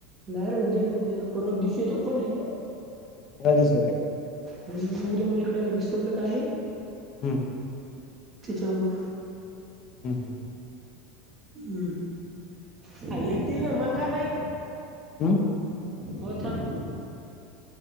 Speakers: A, on the right; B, on the left.
A: नाही रे उद्या नाहीत मी आता परवा दिवशी येतो कॉलेजला.
B: हधश.
A: हम उद्या मुलीकड रिसोर्टला का नाही..
B: हम्म
A: त्यािच्यामुळे.
B: हं हं
A: हम्म येतील ना मल काय माहिती.
B: हम.
A: होथम.